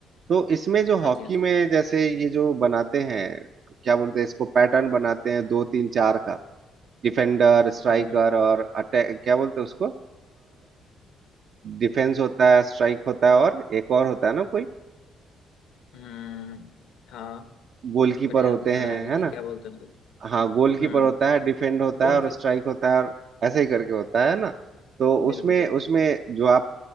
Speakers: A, on the right; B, on the left.
A: तो इसमें जो हॉकी
B: हाँ जी हाँ जी
A: में जैसे ये जो बनाते हैं क्या बोलते हैं इसको पैटर्न बनाते हैं दो तीन चार का डिफेंडर स्ट्राइकर
B: हम्म हम्म
A: और अटैक क्या बोलते हैं उसको डिफेंस होता है स्ट्राइक होता है और एक और होता है ना कोई
B: हम्म, हाँ
A: गोलकीपर
B: मेरे याद
A: होते
B: नहीं
A: हैं
B: आ रहा है अभी
A: है
B: कि
A: ना
B: क्या बोलते हैं उसको
A: हाँ गोलकीपर
B: हम्म
A: होता है डिफेंड होता
B: गोल
A: है और
B: की
A: स्ट्राइक होता है और ऐसे ही करके होता है ना तो उसमें
B: बिल्कुल बिल्कुल
A: उसमें जो आप